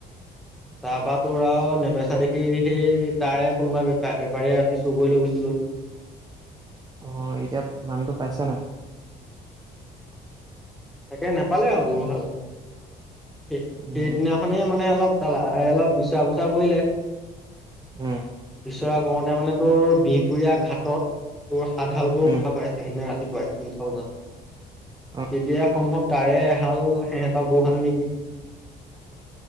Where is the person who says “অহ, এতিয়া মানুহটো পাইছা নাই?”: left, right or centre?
Right